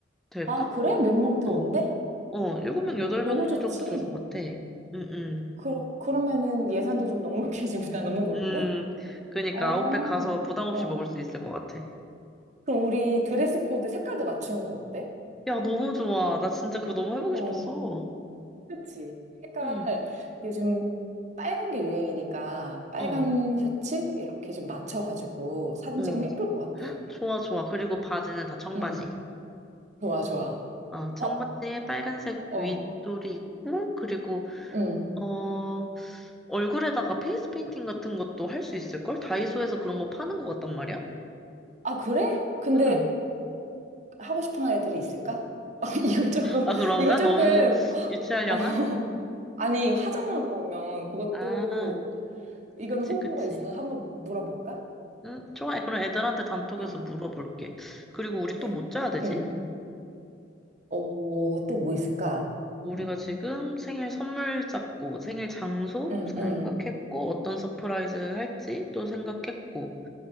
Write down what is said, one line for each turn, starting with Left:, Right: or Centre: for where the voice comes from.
Centre: 될까?
Right: 아, 그래? 몇 명 더
Centre: 어,
Right: 온대?
Centre: 어, 7명, 8명
Right: 너무 좋지.
Centre: 정도 될 것 같아. 응, 응.
Right: 그, 그러면은 예산도 좀 넉넉해지고 <laughs> 나 너무 좋은데?
Centre: 음, 그러니까
Right: 어,
Centre: 아웃백 가서 부담 없이
Right: 어.
Centre: 먹을 수 있을 것 같아.
Right: 그럼 우리 드레스 코드 색깔도 맞추는 거 어때?
Centre: 야, 너무 좋아. 나 진짜 그거 너무 해보고
Right: 어,
Centre: 싶었어.
Right: 그치. 색깔,
Centre: 응,
Right: 요즘 빨간 게 유행이니까 빨간
Centre: 어,
Right: 셔츠? 이렇게 좀 맞춰가지고 사진
Centre: 어.
Right: 찍으면 예쁠 것 같아.
Centre: 좋아, 좋아. 그리고 바지는 다 청바지.
Right: 응, 좋아, 좋아.
Centre: 어, 청바지에
Right: 어,
Centre: 빨간색
Right: 어,
Centre: 윗돌이 있고, 그리고
Right: 응.
Centre: 어, 얼굴에다가 페이스 페인팅 같은 것도 할 수 있을걸? 다이소에서 그런 거 파는 것 같단 말이야?
Right: 아, 그래? 근데
Centre: 응.
Right: 하고 싶은 애들이 있을까? <laughs> 아, 이거 조금,
Centre: 아, 그런가?
Right: 이거 조금,
Centre: 너무
Right: 하-
Centre: 유치하려나?
Right: 어, 아니, 화장하고 오면 그것도,
Centre: 아,
Right: 이건
Centre: 그치,
Right: 호불호가
Centre: 그치.
Right: 있어서 한번 물어볼까?
Centre: 응, 좋아. 그럼 애들한테 단톡에서
Right: 어,
Centre: 물어볼게. 그리고 우리
Right: 그래.
Centre: 또 뭐 짜야 되지?
Right: 응. 어, 또 뭐 있을까?
Centre: 우리가
Right: 음,
Centre: 지금 생일 선물 짰고, 생일 장소
Right: 응,
Centre: 생각했고,
Right: 응.
Centre: 어떤 서프라이즈 할지 또 생각했고.